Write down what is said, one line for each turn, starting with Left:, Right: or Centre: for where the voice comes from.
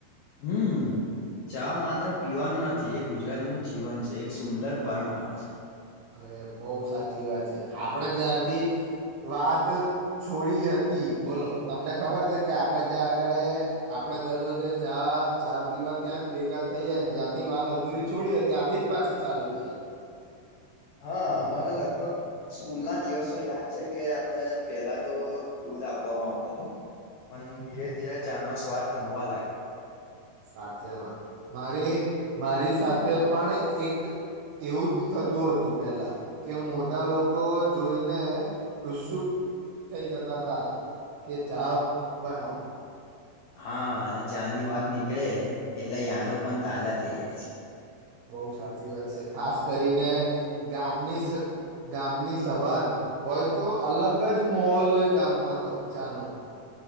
Left: હમ, ચા માત્ર પીવાનું નથી એ ગુજરાતીનું જીવન છે એક સુંદર પરમ્પરા છે.
Right: અરે બોઉ સાચી વાત છે, આપણે જ્યારથી વાત છોડી હતી બોલો તમને ખબર છે આપણે જ્યાં આંગળે આપણે દરોજ ચા ચા પીવા ત્યાંજ ભેગા થયા જ્યાં થી વાત અધુરી છોડી ત્યાં થી પાછી ચાલુ કરી
Left: હા, મને લગભગ સ્કૂલનાં દિવસો યાદ છેકે આપણે પેલા તો દૂધ આપવામાં આવતું હતું પણ ધીરે ધીરે ચાનો સ્વાદ ગમવા લાગ્યો.
Right: સાચેમાં મારી મારી સાથે પણ એક એવું જ થતું હતું પેલા કે મોટા લોકો જોઈને ઉત્સુક થઈ જતા હતા કે ચા બનાવો.
Left: હા, અને ચા ની વાત નીકળે એટલે યાદો પણ તાજા થઈ જાય છે.
Right: બોઉ સાચી વાત છે ખાસ કરીને ગામની ગામની સવાર હોય તો અલગ જ મોહોલ હોય ગામમાં તો ચાનો.